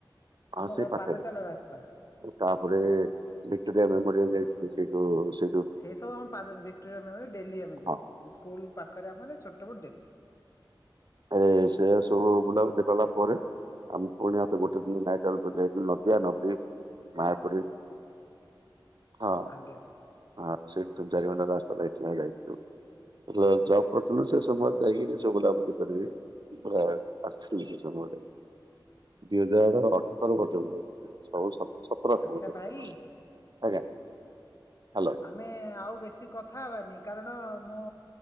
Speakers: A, on the right; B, on the left.
A: ହଁ
B: ଆମ
A: ସେଇ
B: ଘ
A: ପାଖରେ
B: ପାଦ ଚାଲା ରାସ୍ତା।
A: ତାପରେ ଭିକ୍ଟୋରିଆ ମେମୋରିଆଲ୍ ଯାଇଥିଲି ସେଇଠୁ ସେ
B: ସେ ସବୁ ଆମ ପାଦ ଭିକ୍ଟୋରିଆ ମେମୋରିଆଲ୍ ଡେଲି ଆମେ ଯାଉ
A: ହଁ
B: ସ୍କୁଲ୍ ପାଖରେ ଆମର ଛୋଟ <unintelligible> ଡେଲି
A: ଆରେ ସେ ସବୁ ବୁଲାବୁଲି କଲା ପରେ ଆମ ପୁଣି ଆଉ ଥରେ ଗୋଟେ ଦିନ ନାଇଟ୍ ହଲ୍ କରିକି ଯାଇଥିଲୁ ନଦିଆ ନଦୀ ମାୟାପୁରୀ। ହଁ।
B: ଆଜ୍ଞା।
A: ହଁ ସେଠୁ ଚାରି ଘଣ୍ଟା ରାସ୍ତା ଲାଗିଥିଲା ଯାଇଥିଲୁ। ଯେତେବେଳେ ଜବ୍ କରିଥିଲୁ ସେ ସମୟ ଯାଇକିରି ସେ ବୁଲାବୁଲି କରି ପୁରା ଆସିଥିଲି ସେ ସମୟରେ ଦି ହଜାର ଅଠର ପଛକୁ ଯାଇଥିଲି। ସବୁ ସ ସତର ଅଠର
B: ଆଚ୍ଛା
A: ପରେ
B: ଭାଇ
A: ଆଜ୍ଞା। ହାଲୋ।
B: ଆମେ ଆଉ ବେଶୀ କଥା ହବାନି କାରଣ ମୁଁ